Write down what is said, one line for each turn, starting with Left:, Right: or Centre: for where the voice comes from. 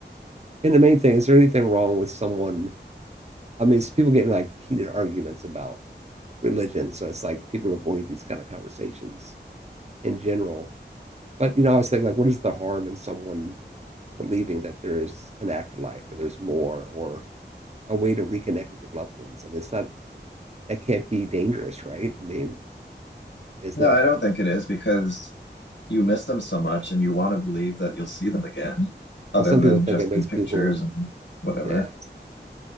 Right: And the main thing, is there anything wrong with someone? I mean, it's people getting like heated arguments about religion. So it's like people avoid these kind of conversations in general. But, you know, I was thinking, like, what is the harm in someone believing that there's an afterlife or there's more or a way to reconnect with their loved ones? I mean, it's not, that can't be dangerous, right? I mean, isn't
Left: No,
Right: that
Left: I don't think it is because you miss them so much and you want to believe that you'll see them again, other
Right: like some
Left: than
Right: people
Left: just
Right: think it makes
Left: in pictures
Right: people,
Left: and whatever.
Right: yeah,